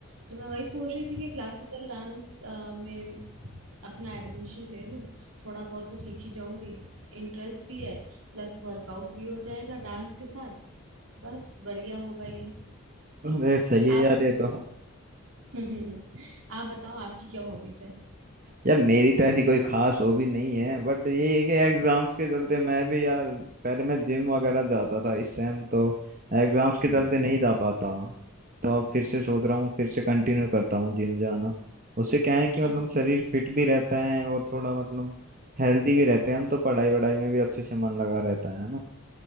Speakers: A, on the right (about 70°); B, on the right (about 40°).
A: तो मैं वही सोच रही थी कि क्लासिकल डांस में अपना एडमिशन ले लूं थोड़ा बहुत तो सीख ही जाऊंगी इंटरेस्ट भी है प्लस वर्कआउट भी हो जाएगा डांस के साथ बस बढ़िया होगा ये
B: अरे सही
A: आप
B: है यार ये तो
A: <laughs> आप बताओ आपकी क्या हॉबीज है
B: यार मेरी तो ऐसी कोई खास हॉबी नहीं है बट ये है कि एग्जाम्स के चलते मैं भी यार पहले मैं जिम वगैरह जाता था इस टाइम तो एग्जाम्स के
A: हम्म
B: चलते नहीं जा पाता तो अब फिर से सोच रहा हूँ फिर से कंटिन्यू करता हूँ जिम जाना उससे क्या है कि मतलब
A: अच्छा,
B: शरीर फिट भी रहता है और थोड़ा मतलब हेल्दी भी रहते हैं हम तो पढ़ाई वढ़ाई में भी अच्छे से मन लगा रहता है